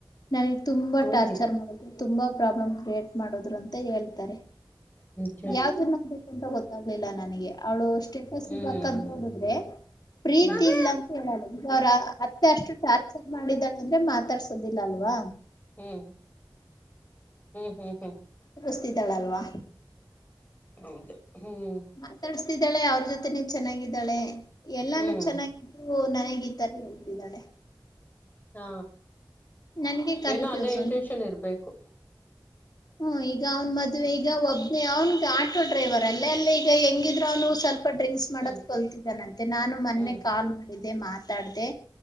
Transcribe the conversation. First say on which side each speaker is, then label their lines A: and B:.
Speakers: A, on the left (about 55°); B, on the left (about 20°).
A: ನನಗ್ ತುಂಬಾ
B: ಕೊಂದಿ
A: ಟಾರ್ಚರ್ ಮಾಡುದು್ರು ತುಂಬಾ ಪ್ರಾಬ್ಲಮ್ ಕ್ರಿಯೇಟ್ ಮಾಡದ್ರು ಅಂತ ಹೇಳ್ತಾರೆ
B: ಹ್ಮ್ ಹ್ಮ್
A: ಯಾವ್ದ ನನ್ ಬುಂತ ಗೊತ್ತಾಗ್ಲಿಲ್ಲ ನನಗೆ ಅವಳು ಸ್ಟೇಟಸ್
B: ಹ್ಮ್ ಹ್ಮ್
A: ಬಕ್ಕದ್
B: ಹ್ಮ್ ಹ್ಮ್ ಹ್ಮ್
A: ನೋಡಿದ್ರೆ ಪ್ರೀತಿ
B: ಹ್ಮ್
A: ಇಲ್ಲ ಅಂತ ಹೇಳಣಗ ಅವ್ರ ಹತ್ತೆ ಅಷ್ಟು ಚಾರ್ಚರ್ ಮಾಡಿದಳ ಅಂದ್ರೆ ಮಾತಾಡ್ಸೋದಿಲ್ಲ ಅಲ್ವಾ
B: ಹ್ಮ್ ಹ್ಮ್ ಹ್ಮ್ ಹ್ಮ್
A: ಸ್ತಿದ್ದಾಳ ಅಲ್ವಾ
B: ಹೌದು ಹ್ಮ್
A: ಮಾತಾಡ್ಸ್ತಿದ್ದಾಳೆ ಅವ್ರ ಜೊತೆ ನೀ ಚೆನ್ನಾಗಿದ್ದಾಳೆ ಎಲ್ಲಾನು
B: ಹ್ಮ್
A: ಚೆನ್ನಾಗಿದ್ದು ನನಗ್ ಈ ತರ ಹೇಳ್ತಿದ್ದಾಳೆ
B: ಹಾ
A: ನನಗೆ ಕನ್ಫ್ಯೂಸು
B: ಏನೋ ಅದೇ ಇಂಟೆನ್ಷನ್ ಇರ್ಬೇಕು
A: ಹ ಈಗ ಅವ್ನ್ ಮದ್ೆ ಈಗ ಒಬ್ಬನ ಅವ್ನಿಗೆ ಆಟೋ ಡ್ರೈವರ್ ಅಲ್ಲೇ ಅಲ್ಲ ಈಗ ಹೆಂಗಿದ್ರರು ಅವನು ಸ್ವಲ್ಪ ಡ್ರಿಂಕ್ಸ್ ಮಾಡದ
B: ಹ್ಮ್
A: ಕೊಲ್ತಿದ್ದಾನಂತೆ ನಾನು ಮೊನ್ನೆ
B: ಹ್ಮ್
A: ಕಾಲ್ ಮಾಡಿದ್ದೆ ಮಾತಾಡ್ದ